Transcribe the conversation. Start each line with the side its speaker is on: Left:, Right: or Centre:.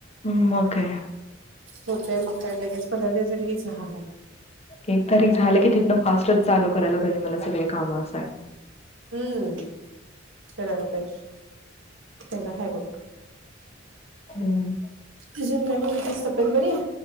Left: मग काय
Right: होत मग काय लगेच कलरी असेल की चहा.
Left: एक तारीख झालं की तिं फास्टच चालू करायला पाहिजे, मला सगळे कामं असं आहे.
Right: हम्म विराळ बयश तेड हबघ.
Left: हम्म.
Right: अजून काय पणच्यास तब्ब्यात बरी आहे.